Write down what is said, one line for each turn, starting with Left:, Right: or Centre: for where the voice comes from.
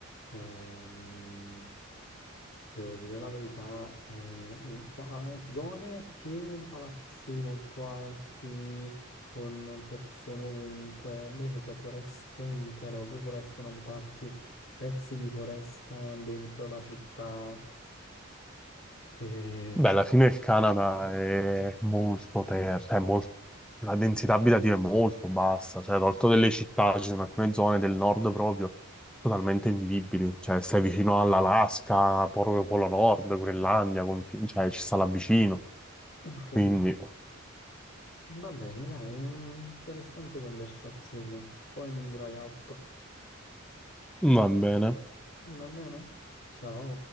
Left: ehm, devo dire la verità, è un- qua- zone piene di palazzi molto alti, con persone ovunque, invece poi foreste intere, proprio foreste, non parchi, pezzi di foresta dentro la città che...
Centre: Beh,
Left: si-
Centre: alla fine il Canada è molto terra, cioè molto... la densità abitativa è molto bassa, cioè tolto delle città, ci sono alcune zone del nord proprio totalmente invivibili, cioè stai vicino all'Alaska, proprio Polo Nord, Groenlandia, confin- cioè ci sta là vicino,
Left: Ho capito.
Centre: quindi
Left: Va bene, dai, mm, interessante conversazione. Poi mi dirai altro.
Centre: va bene.
Left: Va bene? Ciao.